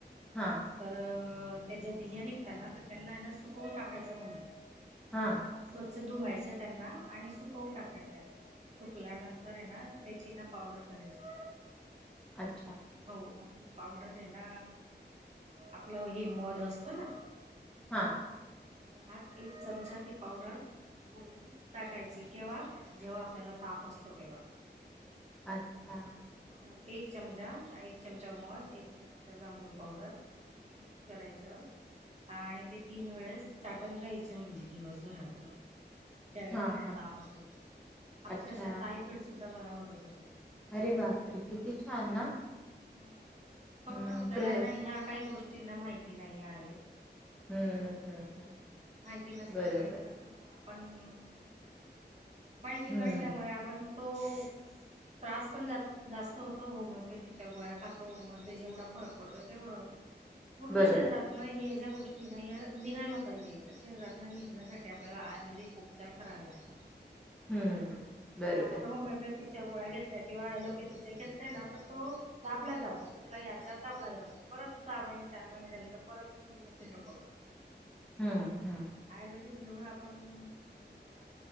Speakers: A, in the centre; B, on the right (about 40°).
A: हां
B: तर अ. अ त्याच्या बिया निघता ना तर त्यांना ना सुकवून टाकायचं म्हने.
A: हा.
B: स्वच्छ धुवायच्या त्यांना आणि सुकवून टाकायच्या. सुकल्यानंतर ये ना त्याची ना पावडर करायची.
A: अच्छा
B: हो, मग पावडर आहे ना आपलं हेि मध असत ना.
A: हा.
B: मधात एक चमचा ती पावडर गोळून टाकायची केव्हा जेव्हा आपल्याला ताप असतो तेव्हा.
A: अच्छा.
B: हो एक चमचा एक चमचा मध, एक चमचा जांभूळ पावडर हे मिक्स करायचं आणि ते तीन वेळेस चाटण द्यायचे म्हणजे दिवसभरातन. त्या व्यक्तीला
A: हां हां
B: ताप असेल अक्षरशः
A: अच्छा.
B: टायफड सुद्धा बरा होत. <unintelligible>
A: अरे बापरे! किती छान ना.
B: हम्म फक्त
A: हम्म
B: आपल्याला
A: प्र
B: ना ह्या काही गोष्टींना माहिती ती नाही आहे.
A: हम्म हम्म हम्म
B: माहिती नसल्यामुळे
A: बरोबर.
B: कस म आप पण. माहिती
A: हम्म
B: नसल्यामुळे आपण तो त्रास पण जा जास्त होत होमिओपॅथीच्या गोळ्या खातो म ते जेवढा फरक पडत तेवढ. पूर्ण
A: बरोबर
B: शरीरात म ह्या ज्या गोष्टी ति <unintelligible> निघायला पाहिजे तशे निघण्यासाठी आपल्याला आयुर्वेदिक उपचार करावे लागतात.
A: हम्म. बरोबर
B: आपण होमिओपॅथी च्या गोळ्या घेतल्या किंवा ऍलोपॅथीच्या घेतल्या ना तर तो दाबला जातो कुठला हि आजार दाबला जातो परत सहा महिने चार महिने झाले का परत वरती डोक काढतो.
A: हम्म हम्म.
B: आयुर्वेदिक जेवढं आपण म्हणजे बघा